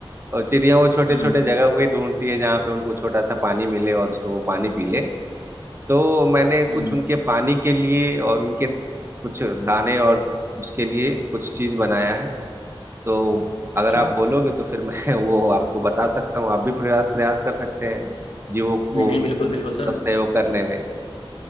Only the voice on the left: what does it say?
हम्म
हम्म
अच्छा
नहीं नहीं बिल्कुल बिल्कुल
सर